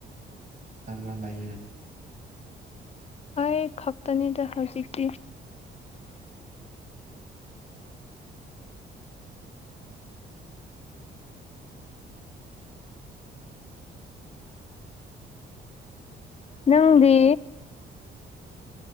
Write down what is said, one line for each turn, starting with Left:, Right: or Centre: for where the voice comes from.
Right: ꯀꯅꯥ ꯀꯅꯥ ꯂꯩꯌꯦ
Left: ꯑꯩ ꯈꯛꯇꯅꯤꯗ ꯍꯧꯖꯤꯛꯇꯤ ꯅꯪꯗꯤ